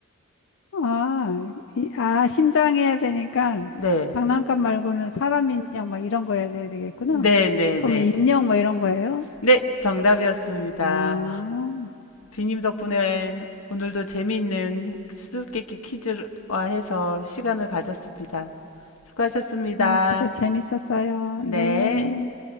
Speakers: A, on the left (about 60°); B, on the left (about 80°).
A: 아, 이- 아, 심장 해야 되니까
B: 네.
A: 장난감 말고는 사람 인형 막 이런 거 해야 되- 되겠구나.
B: 네, 네,
A: 그러면
B: 네.
A: 인형 뭐 이런 거예요?
B: 네, 정답이었습니다.
A: 아,
B: 비님 덕분에 오늘도 재미있는 수수께끼 퀴즈와 해서 시간을 가졌습니다. 수고하셨습니다.
A: 아, 저도 재밌었어요.
B: 네.
A: 네.